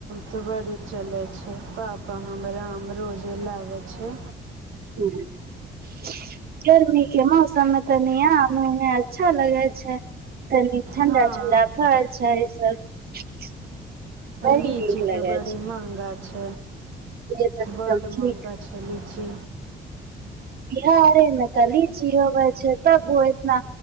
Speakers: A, on the right; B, on the right.
A: तऽ बड़ी चलै छै पापा हमराम रोजे लागै छै
B: <unintelligible> गरमी के मौसममे तनी आम उमे अच्छा लगे छै कनी ठण्डा
A: हाँ
B: ठण्डा फल छै सब बड़ी
A: लीची
B: नीक लगे
A: तऽ बड़ी
B: छै
A: मन्हगा छ
B: ये त सब
A: बड्ड
B: ठीक
A: महँगा छै लीची
B: बिहारे में तऽ लीची होबै छै तब ओ एतना